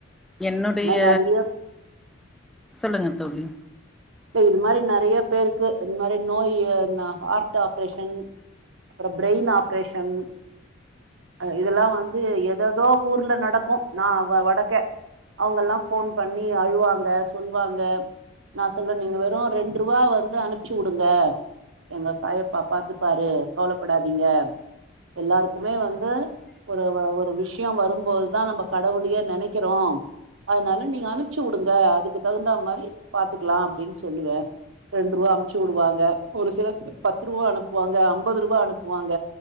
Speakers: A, in the centre; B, on the right.
A: என்னுடைய
B: இது மாதிரி நிறைய
A: சொல்லுங்க தோழி
B: சோ இது மாரி நறைய பேருக்கு இந்த மாரி நோய் ஹார்ட் ஆப்ரேஷன் அப்ற பிரெயின் ஆப்ரேஷன் இதெல்லா வந்து எததோ ஊர்ல நடக்கு நா வ வடக்க அவுங்கல்லா ஃபோன் பண்ணி அழ்வாங்க சொல் வாங்க நா சொல்வே நீங்க வெறு ரெண்ட் ரூவா வந்து அனுப்ச்சு வுடுங்க எங்க சாயப்பா பாத்துப்பாரு கவலப்படாதீங்க எல்லாருக்குமே வந்து ஒரு வ ஒரு விஷ்யோ வரும்போதுதா நம்ப கடவுளயே நெனக்கிறோ அதனால நீங்க அனுப்ச்சு வுடுங்க அதுக்கு தகுந்தா மாரி பாத்துக்லா அப்டின் சொல்லுவே ரெண்ட்ருவா அம்ச்சு வுடுவாங்க ஒரு சில பத்துருவா அனுப்புவாங்க அம்பதுருவா அனுப்புவாங்க